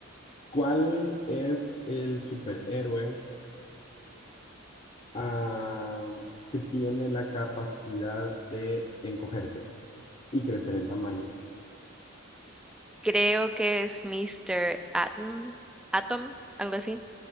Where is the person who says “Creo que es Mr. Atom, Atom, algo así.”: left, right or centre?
Centre